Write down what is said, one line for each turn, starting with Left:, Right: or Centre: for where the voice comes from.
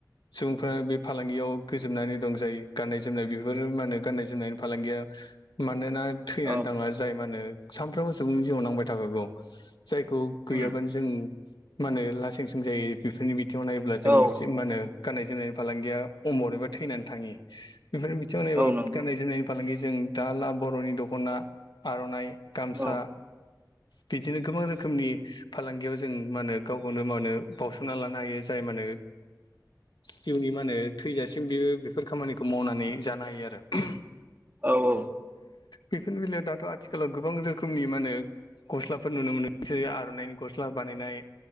Left: सुबुंफोरा बे फालांगियाव गोजोबनानै दं जायो। गाननाय जोमनाय बेफोर मा होनो गाननाय जोमनायनि फालांगिया मानोना थैनानै
Right: औ
Left: थाङा। जाय मा होनो सानफ्रोमबो सुबुंनि जिउआव नांबाय थाखागौ जायखौ गैयाबानो
Right: उम
Left: जों मा होनो लासिंसिं जायो। बेफोरनि बिथिङाव नायोब्ला जों
Right: औ
Left: मा होनो गाननाय जोमनायनि फालांगिया अमर एबा थैनानै थाङि। बेफोर जों एबा
Right: औ नंगौ
Left: गाननाय जोमनायनि फालांगि जों दा ला बर'नि दख'ना आर'नाइ गामसा
Right: औ
Left: बिदिनो गोबां रोखोमनि फालांगियाव जों मा होनो गाव खौनो मा होनो बावउसोमना लानो हायो। जाय मा होनो जिउनि मा होनो थैजासिम बेयो बेफोर खामानिखौ मावनानै जानो हायो। आरो
Right: औ औ
Left: बेफोरनि बेलायाव दाथ' आथिखालाव गोबां रोखोमनि मानो गस्लाफोर नुनो मोनो। बिसोरो आर'नाइनि गस्ला बानायनाय